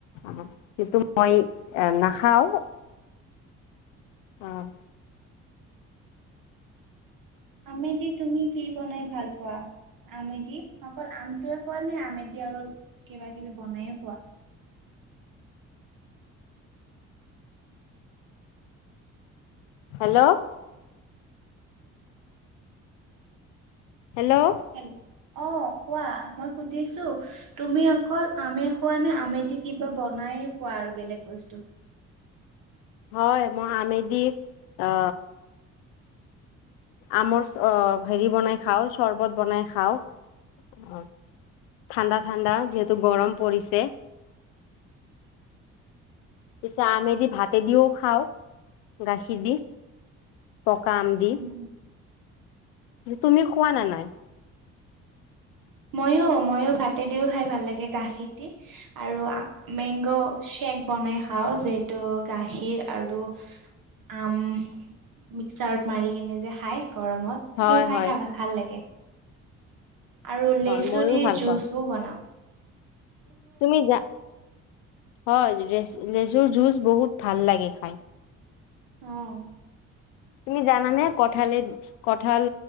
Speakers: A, on the left; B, on the right.
A: কিন্তু মই এ নাখাওঁ। আহ্
B: আমে দি তুমি কি বনাই ভাল পোৱা আমে দি অকল আমটোৱে খোৱা নে আমে দি আৰু কিবা কিবি বনাইয়ো খোৱা।
A: হেল্ল' হেল্ল'
B: হেল্ল' অ কোৱা মই সুধিছো তুমি অকল আমে খোৱা নে আমে দি কিবা বনাই খোৱা আৰু বেলেগ বস্তু।
A: হয় মই আমিদি অ আমৰ চব হেৰি বনাই খাওঁ চৰ্বত বনাই খাওঁ। অ ঠাণ্ডা ঠাণ্ডা যিহেতু গৰম পৰিছে। পিছে আমে দি ভাতে দিওঁ খাওঁ গাখীৰ দি। পকা আম দি
B: উম
A: তুমিও খোৱা নে নাই?
B: ময়ো ময়ো ভাতে দিওঁ খাই ভাল লাগে গাখীৰ দি আৰু মেংগ চেক বনাই খাও যিহেতু গাখীৰ- আৰু আম মিক্সাৰত মাৰি কিনে যে খাই। গৰমত সেইটোও
A: হয়
B: খাই
A: হয়
B: খাবা ভাল লাগে। আৰু লেচু
A: হয় ময়ো
B: দি
A: ভাল
B: জুচবোৰ
A: পাওঁ
B: বনাওঁ।
A: তুমি যা হয় লেচুৰ জুচ বহুত ভাল লাগে খাই।
B: উম,
A: তুমি জানানে কঠালে - কঁঠাল,